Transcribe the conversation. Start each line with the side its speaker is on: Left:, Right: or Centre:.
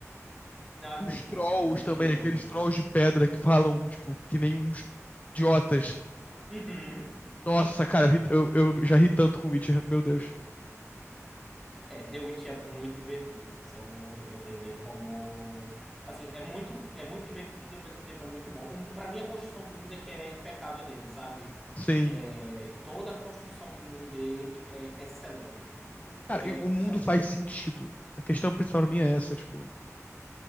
Centre: Não, é
Left: Os
Centre: muito
Left: trolls
Centre: bom. The Witch
Left: também,
Centre: é
Left: aqueles
Centre: muito bom.
Left: trolls de pedra que falam, tipo, que nem uns idiotas.
Centre: Uhum.
Left: Nossa, cara, eu, ri- eu- eu já ri tanto com Witcher, meu Deus.
Centre: É, The Witch é muito divertido. Isso eu não, eu não tenho nem como. Assim, é muito, é muito divertido e ao mesmo tempo é muito bom. Um, para mim, a construção do mundo é que é impecável dele, sabe?
Left: Sim.
Centre: É, toda a construção do mundo dele é excelente.
Left: Cara,
Centre: É
Left: e o mundo
Centre: excelente.
Left: faz sentido. A questão principal pra mim é essa, tipo.